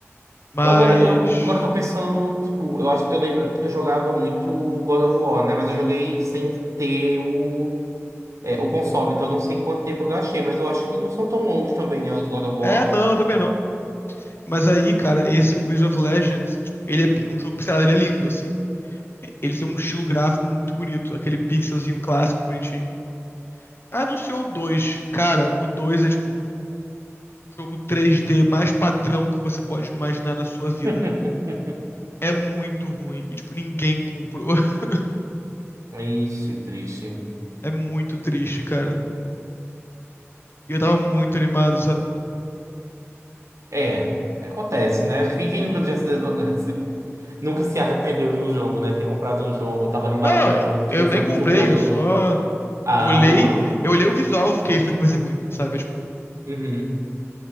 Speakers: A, on the left; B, on the right.
A: Mas.
B: Eu agora, eu agora tô pensando no, tipo, eu acho, eu lembro que eu jogava muito God of War, né? Mas eu joguei sem ter o, é, o console, então eu não sei quanto tempo eu gastei, mas eu acho que não são tão longos também, né? Os God of War.
A: É, não, também não. Mas aí, cara, esse Wizard of Legends, tipo, ele é pe-
B: Uhum.
A: um jogo pixelado, ele é lindo, assim. Ele tem um estilo gráfico muito bonito, aquele pixelzinho clássico, bonitinho. Anunciou o 2. Cara, o 2 é tipo o jogo 3D mais padrão que você pode imaginar na sua vida.
B: <laughs>
A: É muito ruim. E, tipo, ninguém comprou. <laughs>
B: Ixi, triste.
A: É muito triste, cara. E eu tava muito animado, sabe?
B: É, acontece, né? Quem, quem nunca, já se, se- nunca se arrependeu de um jogo, né? Ter comprado um jogo, tava animado
A: Não,
B: pra um jogo que
A: eu
B: não
A: nem
B: foi muito
A: comprei,
B: bom.
A: eu
B: Não...
A: só
B: Ah,
A: olhei, eu olhei o visual, eu fiquei, isso aqui vai ser ruim, sabe? É, Tipo,
B: uhum.